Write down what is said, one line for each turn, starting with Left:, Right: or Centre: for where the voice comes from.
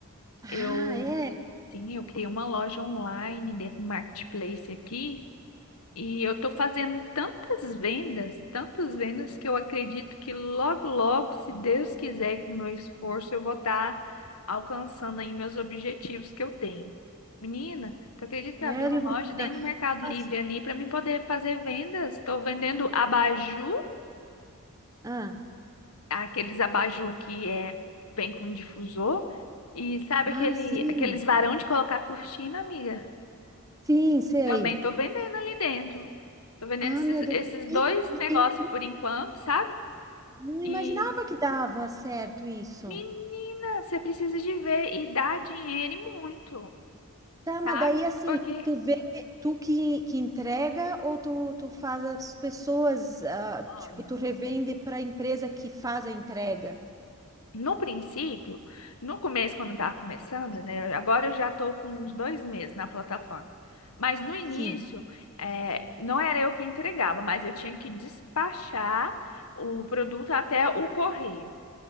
Right: Ah,
Left: Eu,
Right: é?
Left: sim, eu criei uma loja online dentro do Marketplace aqui e eu estou fazendo tantas vendas, tantas vendas que eu acredito que logo, logo, se Deus quiser, e com o meu esforço, eu vou estar alcançando aí meus objetivos que eu tenho. Menina, tu acredita que
Right: Sério,
Left: eu abri uma loja
Right: menina?
Left: dentro do Mercado
Right: Mas-
Left: Livre ali para mim poder fazer vendas? Estou vendendo abajur
Right: ah,
Left: aqueles abajur que é, co- vem com difusor. E sabe
Right: ah,
Left: aquele,
Right: sim,
Left: aqueles varão de colocar cortina, amiga?
Right: sim, sei.
Left: Também tô vendendo ali dentro. Tô vendendo
Right: Ah,
Left: esses,
Right: meu Deus.
Left: esses
Right: E,
Left: dois
Right: e
Left: negócios
Right: eu
Left: por enquanto, sabe?
Right: não
Left: E,
Right: imaginava que dava certo isso.
Left: menina, você precisa de ver e dar dinheiro e muito,
Right: Tá,
Left: sabe?
Right: mas daí assim,
Left: Porque,
Right: tu vende, tu que, que entrega ou tu, tu faz as pessoas, ah, tipo,
Left: olha.
Right: tu revende para a empresa que faz a entrega?
Left: No princípio, no começo, quando eu estava começando, né? Agora eu já estou com uns dois meses na plataforma. Mas no início,
Right: Sim.
Left: eh, não era eu que entregava, mas eu tinha que despachar o produto até o correio.